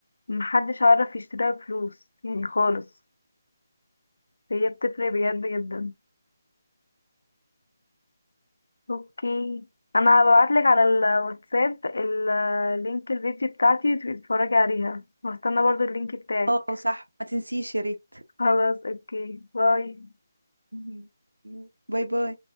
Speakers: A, on the left; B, on the right.
A: محدش عارف يشتريها بفلوس يعني خالص هي بتفرق بجد جدا اوكي انا هبعتلك على الواتساب ال- اللينك الفيديو بتاعتي وتبقي تتفرجي عليها وهستنى برضو اللينك بتاعك
B: اه صح ما تنسيش يا ريت
A: خلاص اوكي باي
B: مهم. باي باي